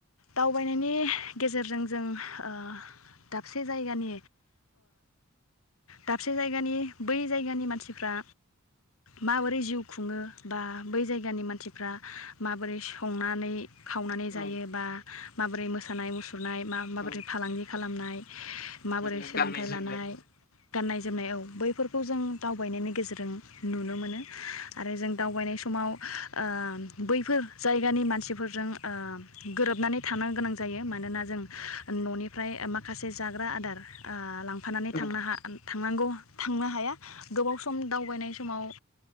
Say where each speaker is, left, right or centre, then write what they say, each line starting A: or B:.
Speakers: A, on the left (about 80°); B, on the left (about 45°).
A: दावबायनायनि गेजेरजों जों ओह दाबसे जायगानि दाबसे जायगानि बै जायगानि मानसिफ्रा माबोरै जिउ खुङो बा बै जायगानि मानसिफ्रा माबोरै संनानै खावनानै
B: औ
A: जायो बा माबोरै मोसानाय मुसुरनाय मा माबोरै
B: औ
A: फालांगि खालामनाय? माबोरै
B: आरो
A: सोलोंथाइ
B: गाननाय जोमनाय
A: लानाय गाननाय जोमनायाव बैफोरखौ जों दावबायनायनि गेजेरजों नुनो मोनो आरो जों दावबायनाय समाव आह बैफोर जायगानि मानसिफोरजों आ गोरोबनानै थानो गोनां जायो मानोना जों न'निफ्राय माखासे जाग्रा आदार आह लां फानानै
B: औ
A: थांनो हा थांनांगौ थांनो हाया गोबाव सम दावबायनाय समाव ओ